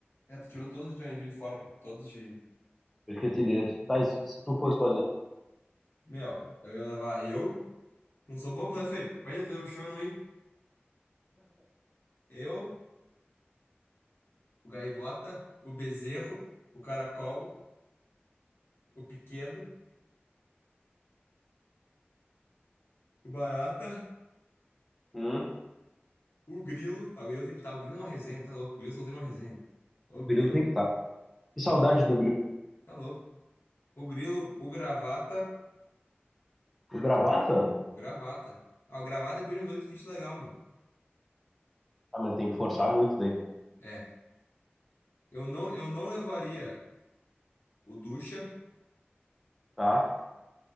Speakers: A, on the left; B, in the centre.
A: é. Tu tirou todos de Joinville fora, cara. Todos de.
B: Eu esqueci deles. Tá, e se e se tu fosse fazer?
A: Meu, eu ia levar eu. Não sou bobo, né, feio? Imagina fazer um show e não ir. Eu, o Gaivota, o Bezerro, o Caracol, o Pequeno, o Barata.
B: Hum,
A: O Grilo, tá, eu Grilo que estar. O Grilo é uma resenha, tá louco? O Grilo soltando uma resenha. O Grilo,
B: grilo tem que estar. Que
A: o
B: saudade
A: Grilo,
B: do grilo.
A: tá louco? O Grilo, o Gravata,
B: O gravata?
A: Gravata. Ah, o Gravata depois de uns oito kits legal, meu.
B: Ah, mas tem que forçar muito daí,
A: É, eu não, eu não levaria o Ducha.
B: tá?